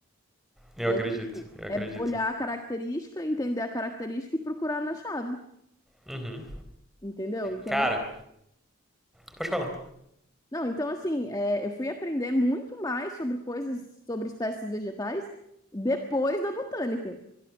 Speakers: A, in the centre; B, on the left.
A: Eu
B: É,
A: acredito,
B: tipo,
A: eu acredito.
B: é olhar a característica, entender a característica e procurar na chave,
A: Uhum.
B: entendeu? Então,
A: Cara, pode falar.
B: Não, então assim, é, eu fui aprender muito mais sobre coisas, sobre espécies vegetais depois da botânica.